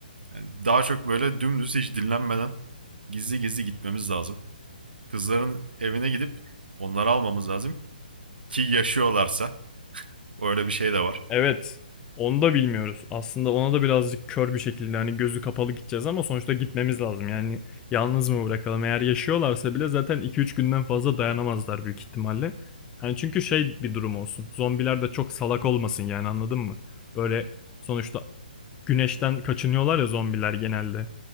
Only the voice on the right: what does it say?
Yani daha çok böyle dümdüz hiç dinlenmeden gizli gizli gitmemiz lazım. Kızların evine gidip onları almamız lazım ki yaşıyorlarsa öyle bir şey de var.